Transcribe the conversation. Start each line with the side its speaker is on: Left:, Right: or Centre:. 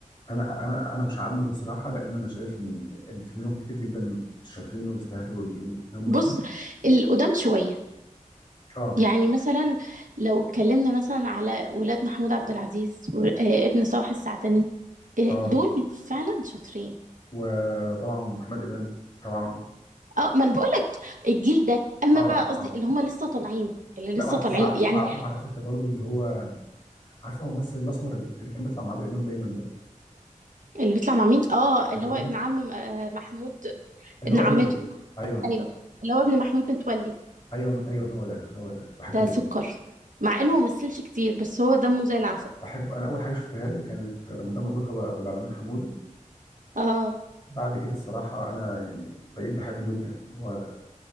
Left: انا انا انا مش عامل الصراحه لان انا شايف ان ان في منهم كتير جدا شاطرين ويستاهلوا اللي هم
Right: بص
Left: فيه
Right: القدام شوية
Left: اه
Right: يعني مثلا لو اتكلمنا مثلا على ولاد محمود عبد العزيز وابن صلاح السعدني آه،
Left: اه
Right: دول فعلا شاطرين
Left: وطبعا محمد امام طبعا
Right: اه ما انا بقول لك الجيل ده اما
Left: اه
Right: بقى
Left: محمد
Right: قصدي
Left: اه
Right: اللي هم لسه طالعين اللي لسه
Left: لا وع- بس
Right: طالعين
Left: وع- طبيعي
Right: يعني
Left: وع- يعني وعلى فكره برضو اللي هو عارفه الممثل الاسمر اللي اللي كان بيطلع مع عادل امام دايما ده
Right: اللي بيطلع مع مين اه اللي
Left: عادل
Right: هو
Left: امام
Right: ابن عم آه، محمود
Left: اللي
Right: ابن
Left: هو
Right: عمته
Left: لا قريبه ايوه
Right: ايوه اللي هو ابن محمود متولي
Left: ايوه ايوه هو ده هو ده بحبه
Right: ده
Left: جدا
Right: سكر مع انه ما مثلش كتير بس هو دمه زي العسل
Left: بحب انا اول حاجه شفتها له كانت رمضان مبروك ابو أبو العلمين حموده
Right: اه
Left: بعد كده الصراحه انا يعني بقيت بحبه جدا اللي هو